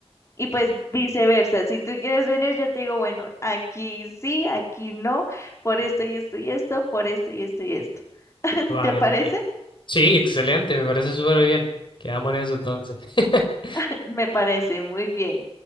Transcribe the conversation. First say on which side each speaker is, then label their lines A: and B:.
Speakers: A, on the left (about 25°); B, on the left (about 50°).
A: Y pues viceversa, si tú quieres venir, yo te digo, bueno, aquí sí, aquí no, por esto y esto y esto, por esto y esto y esto. <laughs>
B: Vale,
A: ¿Te parece?
B: vale. Sí, excelente, me parece súper bien. Quedamos en eso entonces. <laughs>
A: <laughs> Me parece muy bien.